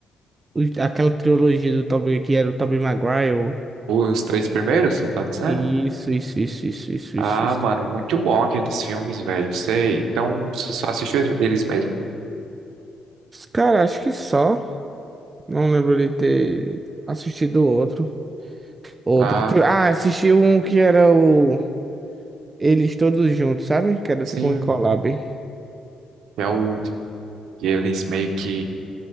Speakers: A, on the right; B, on the right.
A: os- aquela trilogia do Tobey, que era o Tobey Maguire.
B: Os três primeiros, você tá dizendo?
A: Isso, isso, isso, isso, isso,
B: Ah,
A: isso, isso.
B: mano, muito bom aqueles filmes, velho. Sei. Então, você só assistiu eles mesmo?
A: Cara, acho que só. Não lembro de ter assistido outro. Outro.
B: Ah,
A: Tipo, Ah, assisti um que era o Eles Todos Juntos, sabe? Que era
B: sim.
A: tipo um collab.
B: É o último. E eles meio que